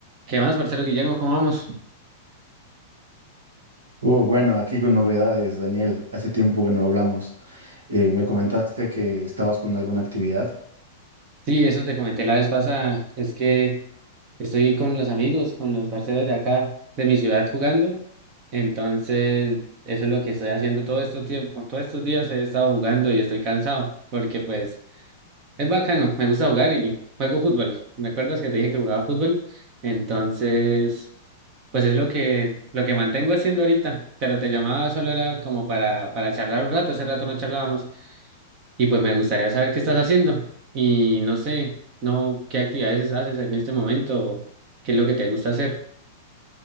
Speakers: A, on the right (about 35°); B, on the right (about 65°).
A: ¿Qué más, parcero Guillermo? ¿Cómo vamos?
B: Uh, bueno, aquí con novedades, Daniel. Hace tiempo que no hablamos. Eh, me comentaste que estabas con alguna actividad.
A: Sí, eso te comenté la vez pasada. Es que estoy con los amigos, con los parceros de acá, de mi ciudad jugando. Entonces, eso es lo que estoy haciendo todo estos tiempos. Todos estos días he estado jugando y estoy cansado porque pues es bacano, me gusta jugar y juego fútbol. ¿Me acuerdas que te dije que jugaba fútbol? Entonces, pues es lo que lo que mantengo haciendo ahorita, pero te llamaba solo era como para para charlar un rato, hace rato no charlábamos. Y pues me gustaría saber qué estás haciendo y no sé, no, qué actividades haces en este momento, qué es lo que te gusta hacer.